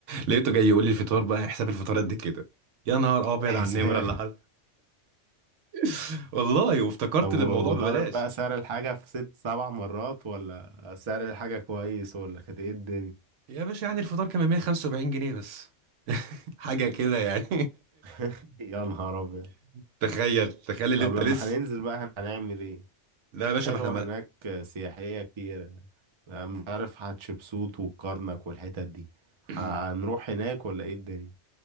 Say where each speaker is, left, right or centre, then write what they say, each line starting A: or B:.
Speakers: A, on the right (about 85°); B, on the right (about 40°).
A: لقيته جاي يقول لي الفطار بقى حساب الفطار قد كده يا نهار ابيض
B: الحساب
A: على النمرة اللي حصل <laughs> والله وافتكرت
B: <laughs> طب و-
A: إن الموضوع
B: وضارب
A: ببلاش
B: بقى سعر الحاجة في ست سبع مرات ولا سعر الحاجة كويس ولا كانت ايه الدنيا
A: يا باشا يعني الفطار كان ب 175 جنيه بس <laughs> حاجة كده يعني
B: <laughs> يا نهار ابيض
A: <laughs> تخيل تخيل اللي
B: طب
A: انت
B: لما
A: لسه
B: هننزل بقى هن- هنعمل ايه
A: لا يا باشا
B: حلوة
A: ما احنا ما...
B: هناك آه، سياحية كتير آه، مش عارف هتشبسوت والكرنك والحتت دي هنروح
A: <clears throat>
B: هناك ولا ايه الدنيا